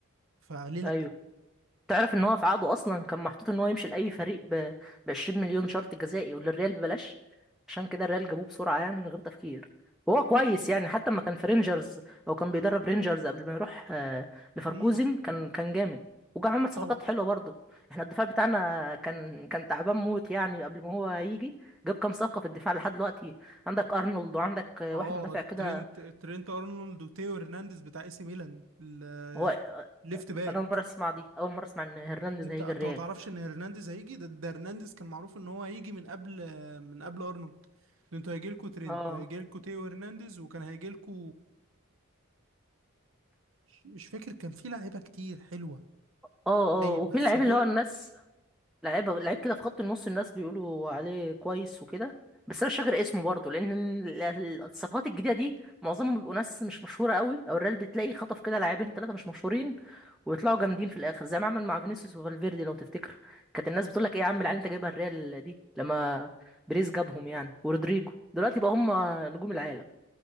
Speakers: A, on the right; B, in the centre.
A: فليه لا
B: ايوه تعرف ان هو في عقده اصلا كان محطوط ان هو يمشي لاي فريق ب ب 20 مليون شرط جزائي وللريال ببلاش عشان كده الريال جابوه بسرعه يعني من غير تفكير وهو كويس يعني حتى لما كان في رينجرز او كان بيدرب رينجرز قبل ما يروح آه، لفاركوزن
A: امم
B: كان كان جامد وجا عمل صفقات
A: طبعا
B: حلوه برضه احنا الدفاع بتاعنا كان كان تعبان موت يعني قبل ما هو يجي جاب كام صفقه في الدفاع لحد دلوقتي عندك ارنولد وعندك آه،
A: اه
B: واحد مدافع كده
A: ترينت ترينت ارنولد وتيو هرنانديز بتاع اي سي ميلان ال-
B: هو
A: ليفت باك
B: انا اول مره اسمع دي اول مره اسمع ان هرنانديز
A: انت
B: هيجي
A: انت
B: الريال
A: ما تعرفش ان هرنانديز هيجي ده ده هرنانديز كان معروف ان هو هيجي من قبل من قبل ارنولد ده انتوا هيجي لكم ترينت
B: اه
A: وهيجي لكم تيو هرنانديز وكان هيجي لكم مش فاكر كان في لعيبه كتير حلوه
B: اه
A: هي
B: اه وفي
A: بس
B: اللعيب
A: دول
B: اللي هو الناس لعيب لعيب كده في خط النص الناس بيقولوا عليه كويس وكده بس انا مش فاكر اسمه برضه لان ال- ال- الصفقات الجديده دي معظمهم بيبقوا ناس مش مشهوره قوي او الريال بتلاقي خطف كده لاعبين ثلاثه مش مشهورين ويطلعوا جامدين في الاخر زي ما عمل مع فينيسيوس وفالفيردي لو تفتكر كانت الناس بتقول لك ايه يا عم العيال انت جايبها الريال دي لما بريز جابهم يعني ورودريجو دلوقتي بقى هم نجوم العالم